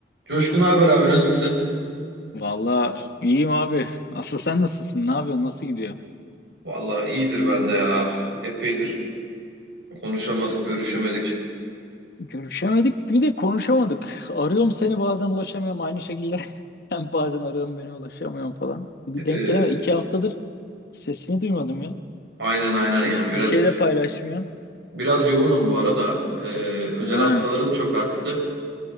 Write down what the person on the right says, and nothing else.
Coşkun haber abi nasılsın?
Vallahi iyidir ben de ya. Epeydir konuşamadık, görüşemedik.
Ee,
aynen aynen ya.
Biraz
biraz yoğunum bu arada. Ee, özel
hastalarım çok arttı.